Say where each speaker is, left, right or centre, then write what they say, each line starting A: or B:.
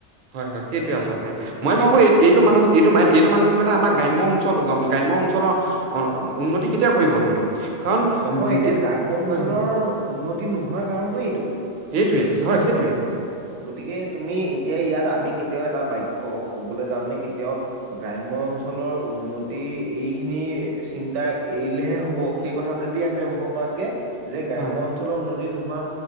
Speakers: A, on the right; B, on the right.
A: হয় হয়। সেইটোৱেই আচলতে মই ভাবো এই এইটো মানুহ এইটো এই মানসিকতা আমাৰ গ্ৰাম্য অঞ্চল গ্ৰাম্য অঞ্চলৰ উন্নতি কেতিয়াও কৰিব নোৱাৰে। কাৰণ
B: নহয়
A: যেতিয়া
B: এতিয়া গ্ৰাম্য অঞ্চলৰ
A: হয় হয়
B: উন্নতি নোহোৱাৰ কাৰণটো এইটো।
A: এইটোৱেইয হয়, সেইটোৱেই।
B: গতিকে, তুমি এতিয়া ইয়াত আমি কেতিয়াও এটা বাক্য কবলৈ যাওঁতেনে কেতিয়াও গ্ৰাম্য অঞ্চলৰ উন্নতি এইখিনি চিন্তা এৰিলেহে হ'ব, সেই কথাটোদি আমি আৰম্ভ কৰাতকে যে গ্ৰাম্য
A: হয়
B: অঞ্চলৰ উন্নতি নোহোৱাৰ